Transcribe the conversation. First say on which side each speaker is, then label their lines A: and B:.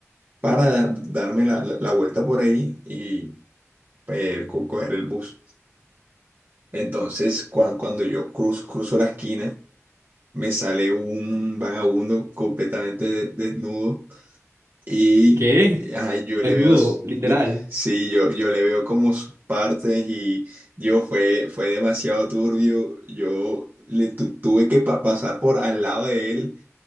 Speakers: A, on the right; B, on the right.
A: para da- darme la, la- la vuelta por ahí y eh, co- coger el bus. Entonces, cua- cuando yo cruz, cruzo la esquina, me sale un vagabundo completamente de- desnudo y
B: ¿Qué?
A: ajá, yo
B: Desnudo,
A: le veo, s-
B: literal.
A: yo, sí, yo, yo le veo como sus partes y yo fue, fue demasiado turbio, yo le tu- tuve que pa- pasar por al lado de él.